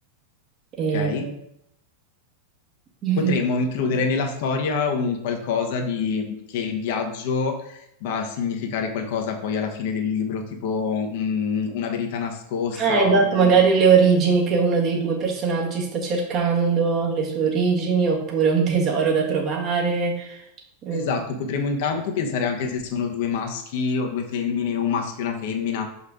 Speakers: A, on the right; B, on the left.
A: E...
B: ok?
A: Mm.
B: Potremmo includere nella storia un qualcosa di... che il viaggio va a significare qualcosa poi alla fine del libro, tipo mm, una verità nascosta
A: Eh, esatto,
B: o un...
A: magari le origini che uno dei due personaggi sta cercando, le sue origini, oppure un tesoro da trovare.
B: Esatto,
A: Mm.
B: potremmo intanto pensare anche se sono due maschi o due femmine, un maschio e una femmina.